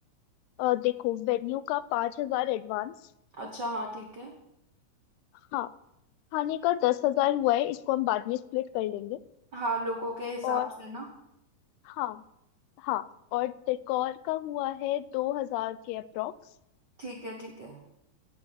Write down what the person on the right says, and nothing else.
अच्छा हाँ ठीक है
हाँ लोगों के हिसाब
से ना
ठीक है ठीक है